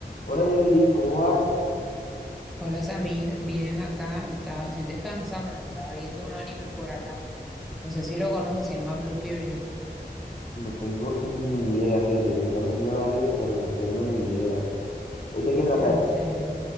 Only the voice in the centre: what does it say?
Hola Samir, bien acá, estaba, estoy descansando, me estaba viendo un anime por acá. No sé si lo conoces, se llama Blue Period.
En
serio.